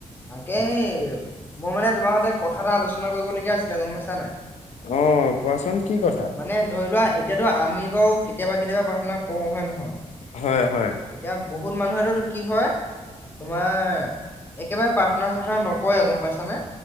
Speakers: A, on the left; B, on the left.
A: তাকে মই মানে তোমাৰ হতে কথা এটা আলোচনা কৰিবলগীয়া আছিলে গম পাইছা নাই।
B: অ, কোৱাচোন কি কথা?
A: মানে ধৰি লোৱা এতিয়াতো আমি বাৰু কেতিয়াবা, কেতিয়াবা প্ৰাৰ্থনা কৰো হয়ে, নহয়।
B: হয়, হয়।
A: এতিয়া বহুত মানুহেটো কি হয়, তোমাৰ একেবাৰে প্ৰাৰ্থনা, চাৰ্থনা নকৰেয় গম পাইছানে।